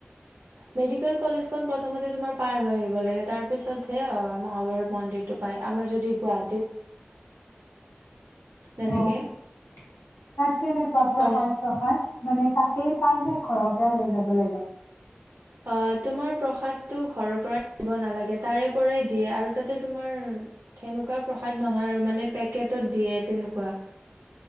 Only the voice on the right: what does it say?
মেডিকেল কলেজখন প্ৰথমতে তোমাৰ পাৰ হৈ আহিব লাগে তাৰ পিছত হে মহাভৈৰৱ মন্দিৰটো পাই আমাৰ যদি গুৱা তেনেকে
ফাৰ্ষ্ট
অ তোমাৰ প্ৰসাদটো ঘৰৰ পৰা দিব নালাগে তাৰে পৰাই দিয়ে আৰু তাতে তোমাৰ সেনেকুৱা প্ৰসাদ নহয় আৰু মানে পেকেটত দিয়ে তেনেকুৱা